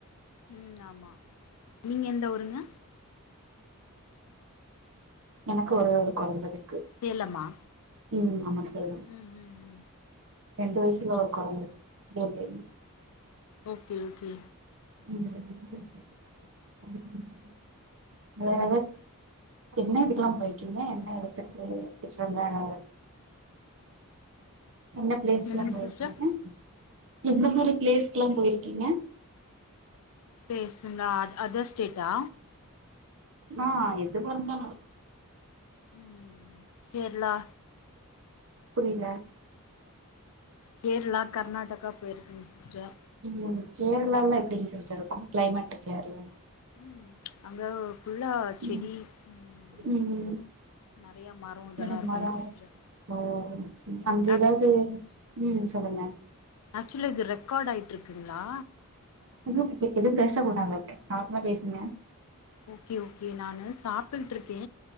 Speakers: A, on the left; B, on the right.
A: ம் ஆமா நீங்க எந்த ஊருங்க
B: எனக்கு ஒரே ஒரு கொழந்த இருக்கு
A: சேலமா
B: ம் ஆமா சேலம்
A: உம் உம்
B: ரெண்டு வயசுல ஒரு கொழந்த இருக்கு கேள் பேபி
A: ஓக்கே ஓக்கே
B: <inaudible> வேரது என்ன இதுக்கெல்லா போயிருக்கீங்க என்ன எடத்துக்கு ஃபியூச்சர்ல எதா என்ன பிளேஸ்கெல்லா
A: என்னங்க
B: போயிருக்கீங்க
A: சிஸ்டர்
B: எந்த மாரி பிளேஸ்க்கெல்லா போயிருக்கீங்க
A: ப்ளேஸுனா அ அதர் ஸ்டேட்டா
B: மா எதுவாருந்தாலு
A: ம் ம் கேரளா
B: புரியல
A: கேரளா கர்நாடகா போயிருக்கேங்க சிஸ்டர்
B: உம் கேரளால எப்படிங்க சிஸ்டர் இருக்கு கிளைமேட் கேரளால
A: ம் அங்க ஃபுல்லா செடி
B: ம்
A: ம்
B: ம்
A: நறையா மரோ இதெல்லா
B: என்னது
A: இருக்கு
B: மரோ
A: சிஸ்டர்
B: ஓ செரி அங்க
A: ஆக்
B: எதாவது ம் சொல்லுங்க
A: ஆக்சுவலி இது ரெக்கார்டு ஆயிட்டுருக்குங்ளா
B: புது <unintelligible> எது பேச கூடாது அப்டே நார்மலா பேசுங்க
A: ஓகே ஓகே நானு சாப்ட்டுட்ருக்கே